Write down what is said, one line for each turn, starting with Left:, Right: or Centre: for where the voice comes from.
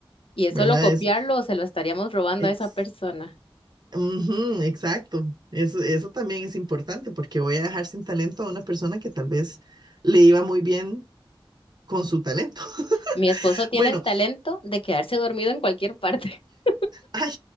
Left: y es
Right: ¿Verdad?
Left: solo copiarlo
Right: Es,
Left: o se lo estaríamos robando
Right: ex-
Left: a esa persona.
Right: ujú, exacto. Eso, eso también es importante, porque voy a dejar sin talento a una persona que tal vez le iba muy bien con su talento.
Left: Mi esposo
Right: <laughs>
Left: tiene
Right: Bueno.
Left: el talento de quedarse dormido en cualquier parte. <laughs>
Right: Ay,